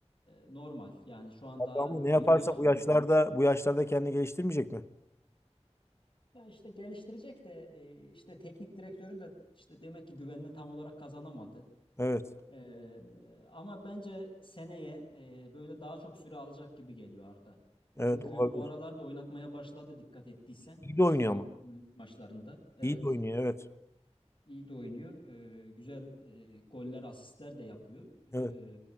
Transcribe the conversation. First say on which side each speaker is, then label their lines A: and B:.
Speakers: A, on the left (about 40°); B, on the left (about 20°).
A: e, normal yani şu an
B: Abi
A: daha
B: ama ne
A: 20
B: yaparsa
A: yaşında
B: bu yaşlarda bu yaşlarda kendini geliştirmeyecek mi?
A: Ya işte geliştirecek de e, işte teknik direktörün de işte demek ki güvenini tam olarak kazanamadı.
B: Evet.
A: E, ama bence seneye e, böyle daha çok süre alacak gibi geliyor Arda.
B: Evet
A: Çünkü
B: olabilir.
A: bu aralarda oynatmaya başladı dikkat ettiysen
B: İyi de oynuyor
A: son
B: ama.
A: lig maçlarında. Evet.
B: İyi de oynuyor evet.
A: iyi de oynuyor. E, güzel e, goller, asistler de yapıyor.
B: Evet.
A: E,